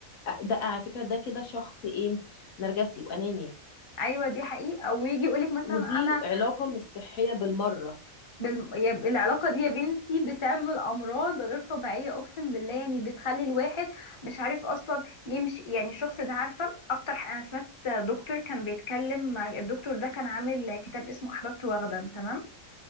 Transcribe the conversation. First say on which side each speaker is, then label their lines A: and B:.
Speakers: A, on the left; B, on the left.
A: أ- ده على فكره ده كده شخص ايه نرجسي واناني
B: ايوه دي حقيقة ويجي يقولك مثلا
A: ودي
B: انا
A: علاقه مش صحيه بالمره
B: بالم... يا- العلاقة دي يا بنتي بتعمل أمراض غير طبيعية أقسم بالله يعني بتخلي الواحد مش عارف أصلا يمشي يعني الشخص ده عارفة أكتر ح- أنا سمعت دكتور كان بيتكلم الدكتور ده كان عامل كتاب اسمه أحببت وغدا تمام